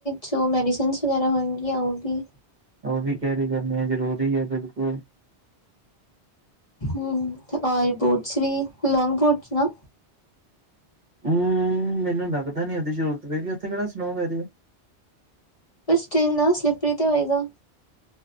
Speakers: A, on the left; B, on the right.
A: ਜੋ ਮੈਡੀਸਨਸ ਵਗੈਰਾ ਹੋਣਗੀਆਂ ਉਹ ਵੀ
B: ਉਹ ਵੀ ਕੈਰੀ ਕਰਨੀ ਐ ਜ਼ਰੂਰੀ ਐ ਬਿਲਕੁਲ।
A: ਹੂੰ, ਬੋਟਸ ਵੀ <unintelligible> ਲੋਂਗ ਬੋਟਸ ਨਾ
B: ਹੂੰ ਮੈਨੂੰ ਲੱਗਦਾ ਨੀ ਉਹਦੀ ਜ਼ਰੂਰਤ ਹੋਏਗੀ ਉੱਥੇ ਕਿਹੜਾ ਸਨੋ ਪੈ ਰੀ ਆ।
A: ਪਰ ਸਟਿੱਲ ਨਾ ਸਲਿੱਪਰੀ ਤੇ ਹੋਏਗਾ।